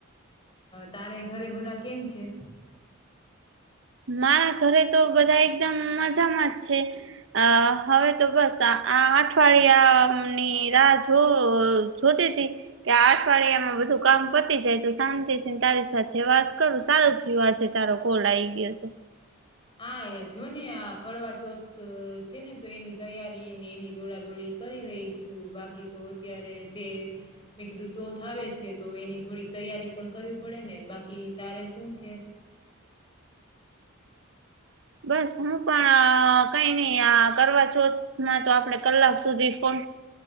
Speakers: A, on the left; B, on the right.
A: તારે ઘરે બધા કેમ છે
B: મારા ઘરે તો બધા એકદમ મજામાં જ છે અ હવે તો બસ આ અઠવાડિયાની રાહ જો જોતી હતીી કે આ અઠવાડિયામાં બધું કામ પતી જાય તો શાંતિ છેને તારી સાથે વાત કરું સારો થવા છે તારો કોલ આ આવી ગયો તો
A: હા જો ને આ કરવાવા ચોથ છે ને તો એની તૈયારી ને એની દોડાદોડી કરી રહી છું બાકી તો અત્યારે તે મેં કીું ચોથ આવે છે તો એની થોડી તૈયારી પણ કરવી પડે ને બાકી તારે શું છે
B: બસ હું પણ કઈ નઈ આ કરવા છોમાં તો આપડે કલાક સુધી ફોન